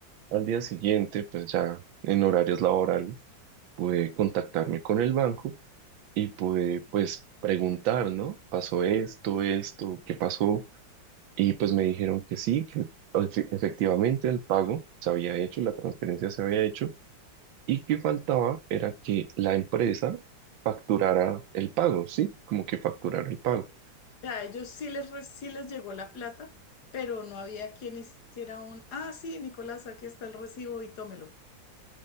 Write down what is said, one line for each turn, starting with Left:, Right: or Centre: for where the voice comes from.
Right: al día siguiente, pues ya en horarios laborales, pude contactarme con el banco y pude pues preguntar, ¿no? ¿Pasó esto, esto, qué pasó? Y pues me dijeron que sí, que efe- efectivamente el pago se había hecho, la transferencia se había hecho y que faltaba era que la empresa facturara el pago, ¿sí? Como que facturara el pago.
Left: O sea, a ellos sí les, re- sí les llegó la plata, pero no había quien hiciera un, ah, sí, Nicolás, aquí está el recibo y tómelo.